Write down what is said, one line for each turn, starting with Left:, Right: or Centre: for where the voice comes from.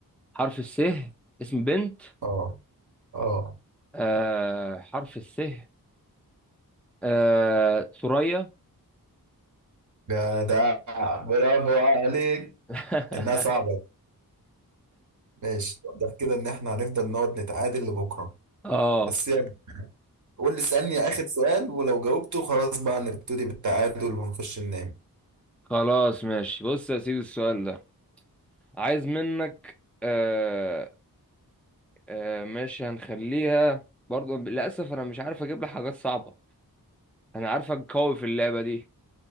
Centre: حرف السه اسم بنت
Right: اه اه
Centre: آه حرف السه آه ثريا
Right: جدع برافو عليك
Centre: <laughs>
Right: انها صعبه ماشي واضح كده ان احنا هنفضل نقعد نتعادل لبكره
Centre: اه
Right: بس يعني قول لي اسالني اخر سؤال ولو جاوبته خلاص بقى نبتدي بالتعادل ونخش ننام
Centre: خلاص ماشي بص يا سيدي السؤال ده عايز منك آه آه ماشي هنخليها برضو للأسف أنا مش عارف أجيب لك حاجات صعبة أنا عارفك قوي في اللعبة دي